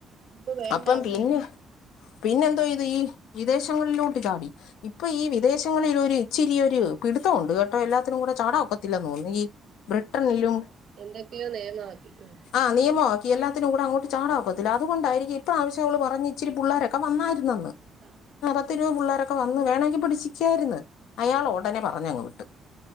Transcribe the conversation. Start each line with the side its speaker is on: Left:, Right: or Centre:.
Right: ഇപ്പൊ വേണ്ട
Left: അപ്പം
Right: ആർക്കും
Left: പിനെ. പിന്നെന്തോയ്തീ വിദേശങ്ങളിലോട്ട് ചാടി ഇപ്പൊ ഈ വിദേശങ്ങളിലൊര് - ഇച്ചിരിയൊരു പിടിത്തംഉണ്ട് കെട്ടോ എല്ലാത്തിനും കൂടെ ചാടാഒ ക്കത്തില്ലെന്നു തോന്നു ഈ ബ്രിട്ടണ്ലും
Right: എന്തെക്കെയോ ന്നെയമാക്കിക്ക്‌ണ്.
Left: ആ ന്നിയമൊആക്കി എല്ലാത്തിലും കുടെ അങ്ങോട്ട് ച്ചാടാ ഒക്കത്തില്ല അത്കൊണ്ടായിരിക്കും ഇപ്രാവിശ്- ട്ടോള് പറഞ് ഇച്ചിരി പുള്ളാരെക്കെ വന്നായ്ര്ന്നന്ന്
Right: ആഹ്
Left: അ പത്തി- രൂ പുള്ളേരൊക്കെ വന്ന് വേണങ്കി പിടിച്ചിക്കായ്ര്ന്ന് അയാളൊടനെ പറഞ്ഞങ്ങ് വിട്ട്.